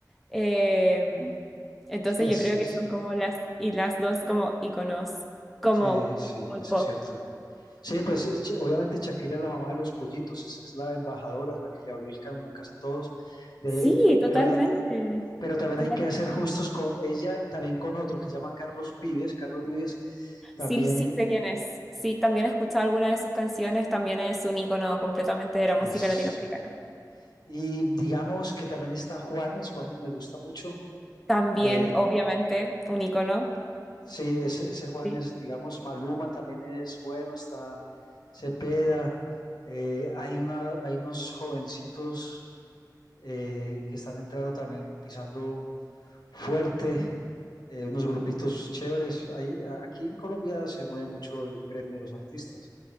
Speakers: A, in the centre; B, on the left.
A: Em, entonces
B: sí, es,
A: yo creo
B: es-
A: que son como las y las dos como iconos, como
B: sí, sí,
A: muy
B: eso
A: pop.
B: es cierto. Sí, pues es- obviamente Shakira es la mamá de los pollitos, es, es la embajadora, es la que le abrió el camino a casi todos. De,
A: Sí, totalmente.
B: pero, hay- pero también
A: Total-
B: hay que ser justos con ella, también con otro que se llama Carlos Vives. Carlos Vives también
A: Sí, sí sé quién es. Sí, también he escuchado algunas de sus canciones, también es un icono completamente de
B: es...
A: la música latinoamericana.
B: Y digamos que también está Juanes, Juanes me gusta mucho.
A: También,
B: Eh,
A: obviamente, un icono.
B: Sí, ese, ese Juan
A: Sí.
B: es, digamos, Maluma también es bueno, está Cepeda, eh, hay una, hay unos jovencitos eh, que están entrando también pisando fuerte, eh, unos grupitos chéveres. Ahí, a- aquí en Colombia se mueve mucho el gremio de los artistas.